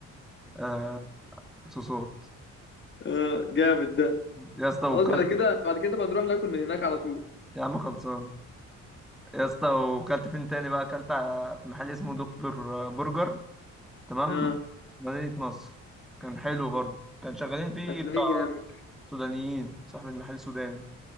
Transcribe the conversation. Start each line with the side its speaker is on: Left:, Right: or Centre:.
Centre: آه صوصات
Left: اه جامد ده
Centre: يا اسطى وكلت
Left: خلاص بعد كده بعد كده بنروح ناكل من هناك على طول
Centre: يا عم خلصان يا اسطى وكلت فين تاني بقى اكلت ع- في محل اسمه دكتور برجر تمام
Left: اه
Centre: مدينة نصر كان حلو برضه كان شغالين فيه
Left: هتلاقيه
Centre: بتاع
Left: جامد
Centre: سودانيين صاحب المحل سوداني